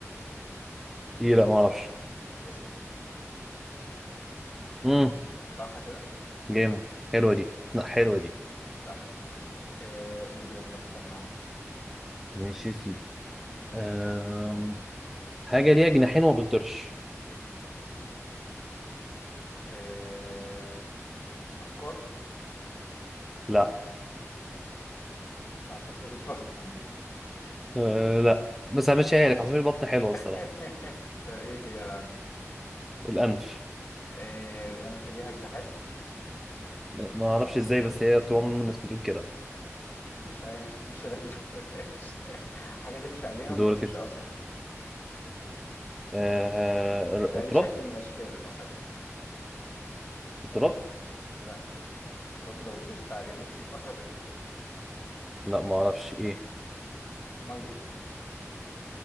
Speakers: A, in the centre; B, on the left.
A: ايه لا ما اعرفش
B: اسمك
A: امم
B: صح كده
A: جامد حلوة دي
B: ماشي
A: لا حلوة دي
B: صح آه قول يلا انت من عندك
A: ماشي يا سيدي أم... حاجة ليها جناحين وما بتطيرش
B: آه افكار
A: لا
B: عصافير بطن
A: أه لا بس همشيها لك عصافير البطن حلوة
B: <laughs>
A: الصراحة
B: طب ايه هي اللي عندك
A: الأنف
B: آه الانف ليها جناحات
A: لا، ما اعرفش ازاي بس هي طول عمر الناس بتقول كده
B: مش عارف مش راكبه <laughs> فلاش حاجه تمشي عليها
A: دورك
B: وما تسيبش
A: كده
B: اثر
A: أه...
B: بأي
A: تراب
B: شكل من الأشكال الأثر ده
A: تراب
B: لا أنت التراب لو دوست عليه هيسيب أثر رجلك
A: لا ما اعرفش ايه
B: مية